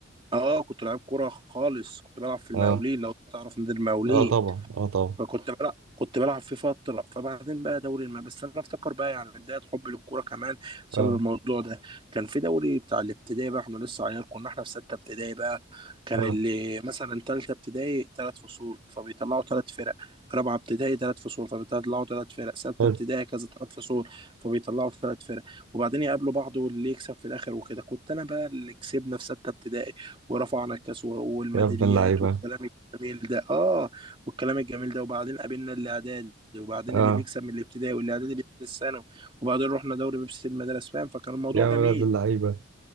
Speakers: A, on the right (about 25°); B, on the right (about 80°).
A: اه كنت لعيب كوره خالص كنت بلعب في المقاولين
B: اه
A: لو تعرف نادي المقاولين
B: اه طبعا اه طبعا
A: فكنت بلعب كنت بلعب في فترة فبعدين بقى دوري الم... بس أنا أفتكر بقى يعني بداية حبي للكورة كمان بسبب
B: اه
A: الموضوع ده كان في دوري بتاع الابتدائي بقى إحنا لسه عيال كنا إحنا في ستة ابتدائي بقى كان
B: اه
A: اللي مثلا تالتة ابتدائي تلات فصول فبيطلعوا تلات فرق رابعة ابتدائي تلات فصول فبيطلعوا تلات فرق ستة
B: حلو
A: ابتدائي كذا تلات فصول فبيطلعوا تلات فرق وبعدين يقابلوا بعض واللي يكسب في الآخر وكده كنت أنا بقى اللي كسبنا في ستة ابتدائي ورفعنا الكاس و- والميداليات
B: يا ابن اللعيبة
A: والكلام الجميل ده آه والكلام الجميل ده وبعدين قابلنا اللي اعدادي وبعدين
B: اه
A: اللي بيكسب من الابتدائي واللي اعدادي بيكسب الثانوي وبعدين رحنا دوري بيبسي المدارس فاهم فكان الموضوع
B: يا
A: جميل
B: ولد اللعيبة